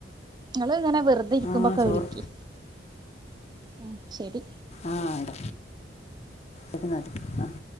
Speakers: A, on the right; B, on the left.
A: നിങ്ങ ഇങ്ങനെ വെറുതെ ഇരിക്കുമ്പോക്കെ
B: ആ ചോറ്
A: വിളിക്കി ഉം ശരി
B: ആഹ് ആട അഹ് മതി ആഹ്